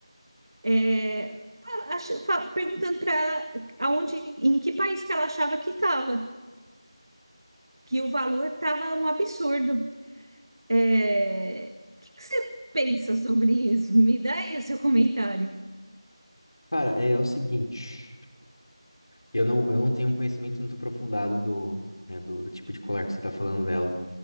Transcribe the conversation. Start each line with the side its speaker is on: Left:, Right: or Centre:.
Right: É, fa- ach- fa- perguntando para ela aonde, em que país que ela achava que estava, que o valor estava um absurdo. É, O que que você pensa sobre isso? Me dá aí o seu comentário.
Left: Cara, é, é o seguinte. Eu não, eu não tenho um conhecimento muito aprofundado do, né, do, do tipo de colar que você tá falando dela.